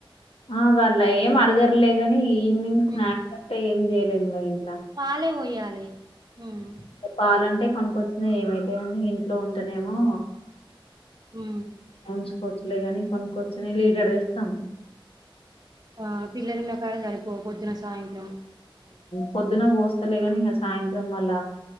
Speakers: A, on the left; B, on the right.
A: ఆ వాళ్ళ ఏం అడగర్లే కాని ఈవినింగ్ స్నాక్స్
B: హ్మ్.
A: అట్టే ఏం చేయలేముగ ఇం
B: పాలే పోయ్యాలి మ్
A: పాలంటే కొనుకొచ్చినై ఏమైతాయండి ఇంట్లో ఉంటేనేమో
B: మ్
A: ఉంచుకోవచ్చులే గాని కొనుక్కోవచ్చని లీడర్ ఇస్తాం
B: ఆ పిల్లలు ఉన్న కాడ సరిపో పొద్దున సాయంత్రం
A: పొద్దున్న పోస్తలే కానీ ఇంక సాయంత్రం వళ్ళ